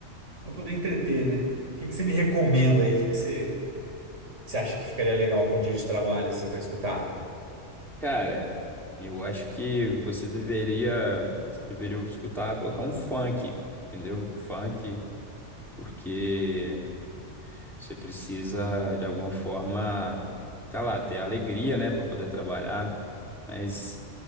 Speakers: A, on the right; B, in the centre.
A: pra poder entreter, né? O que que você me recomenda aí? O que que você, que você acha que ficaria legal pra um dia de trabalho, assim, pra escutar?
B: Cara, eu acho que você deveria, você deveria escutar, colocar um funk, entendeu? Funk, porque você precisa, de alguma forma, tá lá, ter alegria, né, Pra poder trabalhar. Mas,